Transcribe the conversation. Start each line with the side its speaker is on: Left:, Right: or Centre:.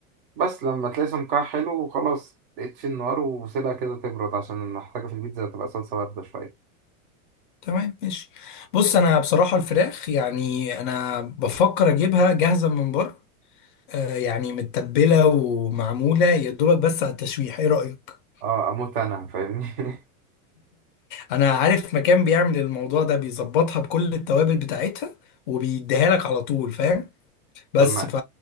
Right: بس لما تلاقي سمكها حلو وخلاص اطفي النار وسيبها كده تبرد عشان انا محتاجة في البيتزا تبقى صلصة باردة شوية
Left: تمام ماشي بص انا بصراحه الفراخ يعني انا بفكر اجيبها جاهزه من بره آه يعني متبله ومعموله يا دوبك بس على التشويح ايه رايك
Right: اه اموت انا فاهمني <laughs>
Left: انا عارف مكان بيعمل الموضوع ده بيظبطها بكل التوابل بتاعتها وبيديها لك على طول فاهم بس
Right: طب ما
Left: ف